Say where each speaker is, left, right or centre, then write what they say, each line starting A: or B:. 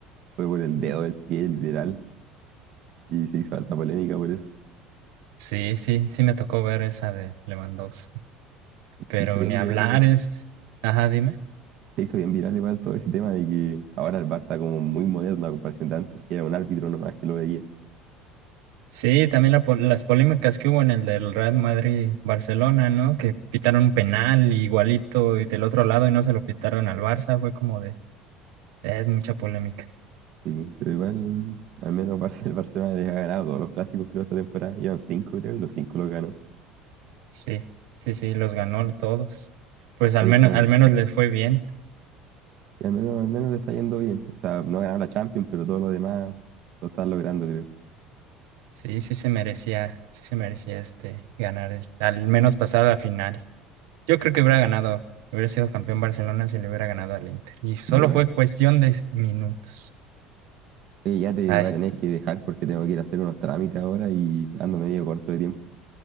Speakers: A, on the right (about 45°); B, on the right (about 75°).
A: fue por el dedo del pie, literal, y se hizo alta polémica por eso.
B: Sí, sí, sí me tocó ver esa de Lewandowski, pero
A: Se hizo bien
B: ni hablar
A: viral igual.
B: es... Ajá, dime.
A: se hizo bien viral igual todo ese tema de que ahora el VAR está como muy moderno a comparación de antes, que era un árbitro nomás que lo veía.
B: Sí, también la po- las polémicas que hubo en el del Real Madrid-Barcelona, ¿no? Que pitaron un penal igualito y del otro lado y no se lo pitaron al Barça, fue como de, es mucha polémica.
A: Sí, pero igual, al menos <laughs> Barce- el Barcelona les ha ganado todos los clásicos, creo, esta temporada. Llevan cinco, creo, y los cinco los ganó.
B: Sí, sí, sí, los ganó todos. Pues al
A: Oye,
B: menos,
A: esa-
B: al menos les fue bien.
A: y al menos, al menos le está yendo bien. O sea, no ganaron la Champions, pero todo lo demás lo están logrando, creo.
B: Sí, sí se merecía, sí se merecía este ganar, el- al menos pasar a la final. Yo creo que hubiera ganado, hubiera sido campeón Barcelona si le hubiera ganado al Inter. Y solo
A: Igual.
B: fue cuestión de minutos.
A: Oye, ya te
B: ay
A: voy a tener que dejar porque tengo que ir a hacer unos trámites ahora y ando medio corto de tiempo.